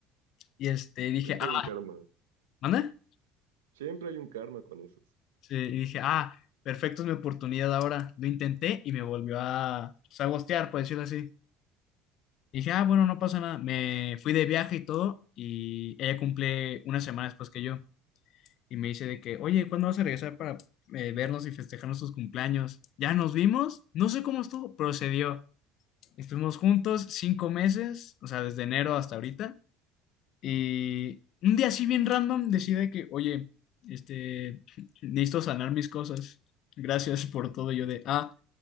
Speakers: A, on the left; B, on the right.
A: Y este, dije,
B: siempre
A: ah,
B: hay un karma.
A: ¿manda?
B: Siempre hay un karma con esos.
A: Sí, y dije, ah, perfecto, es mi oportunidad ahora. Lo intenté y me volvió a, pues, a ghostear, por decirlo así. Y dije, ah, bueno, no pasa nada. Me fui de viaje y todo y ella cumple una semana después que yo. Y me dice de que, oye, ¿cuándo vas a regresar para eh, vernos y festejarnos tus cumpleaños? Ya nos vimos, no sé cómo estuvo, procedió Estuvimos juntos cinco meses, o sea, desde enero hasta ahorita. Y un día así bien random decide que, oye, este, necesito sanar mis cosas. Gracias por todo. Y Yo de, ah,